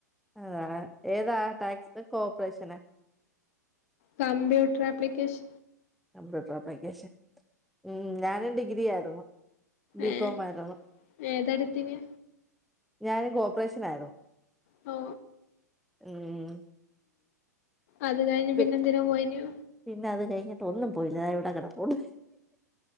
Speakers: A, in the centre; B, on the left.
A: അഹ് ഏതാ ടാക്സ് കോപ്പറേഷനാ
B: കമ്പ്യൂട്ടർ അപ്ലിക്കേഷൻ
A: കമ്പ്യൂട്ടർ അപ്ലിക്കേഷൻ ഉം ഞാനും ഡിഗ്രി ആയിരുന്നു ബികോം
B: ഏഹ്
A: ആയിരുന്നു
B: ഏതാട്ത്തിന്
A: ഞാനും കോപ്പറേഷൻ ആയിരുന്നു
B: ഓ
A: ഉം
B: അത് കഴിഞ്ഞ്
A: പി
B: പിന്നെ എന്തിനാ പോയിനു
A: പിന്നെ അത് കഴിഞ്ഞ് ട്ടൊന്നും പോയില്ല ഇവിടെ കിടപ്പുണ്ട്